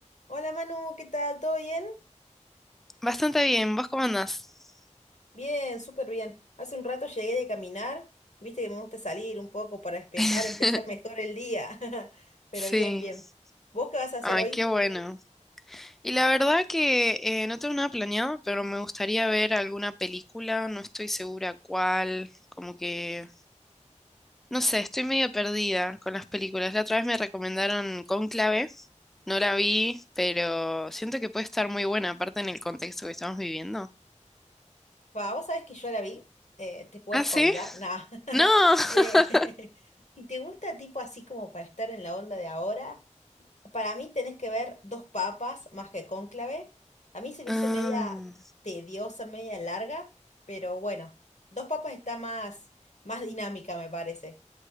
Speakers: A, on the left (about 65°); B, in the centre.
A: Hola Manu, ¿qué tal? ¿Todo bien?
B: Bastante bien, ¿vos cómo andás?
A: Bien, súper bien. Hace un rato llegué de caminar, viste que me gusta salir un poco para despejar,
B: <laughs>
A: empezar mejor el día. <laughs> Pero
B: Sí,
A: bien, bien. ¿Vos qué vas a hacer
B: ay,
A: hoy?
B: qué bueno. Y la verdad que eh, no tengo nada planeado, pero me gustaría ver alguna película, no estoy segura cuál, como que, no sé, estoy medio perdida con las películas. La otra vez me recomendaron Cónclave, no la vi, pero siento que puede estar muy buena, aparte en el contexto que estamos viviendo.
A: Va, vos sabés que yo la vi, eh, te puedo
B: ¿Ah,
A: spoilear,
B: sí?
A: nada. <laughs>
B: No. <laughs>
A: Eh, <laughs> ¿Y te gusta tipo así como para estar en la onda de ahora? Para mí tenés que ver Dos Papas más que Cónclave. A mí se me
B: Ah.
A: hizo media tediosa, media larga, pero bueno, Dos Papas está más, más dinámica, me parece.